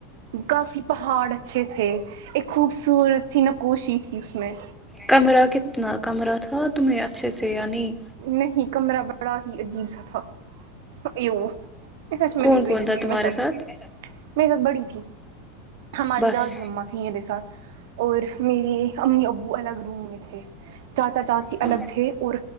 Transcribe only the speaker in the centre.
کمرہ کتنا کمرہ تھا تمہیں اچھے سے یا نہیں
کون
کون
تھا
تمہارے
ساتھ
بس
ہاں